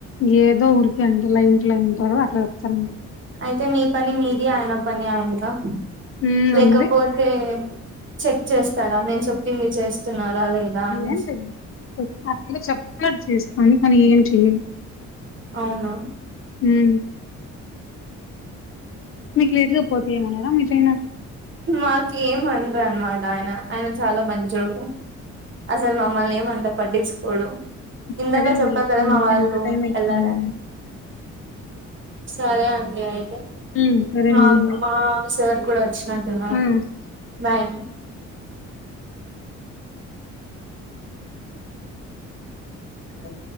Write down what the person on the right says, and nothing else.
అయితే మీ పని మీది ఆయన పని ఆయినదా
లేకపోతే
చెక్ చేస్తాడా నేను చెప్పింది చేస్తున్నారా లేదా అని
అవునా
మాకు ఏం అనరు అనమాట ఆయన ఆయన చాలా మంచోడు అసలు మమ్మల్ని ఏమ అంత పట్టించుకోడు ఇందాక
చెప్పా
కదా మా
వాళ్ళు
వెళ్లారని సరే అండి అయితే
మా
మా సార్ కూడా వచ్చినట్టు ఉన్నారూ
బాయ్ అండీ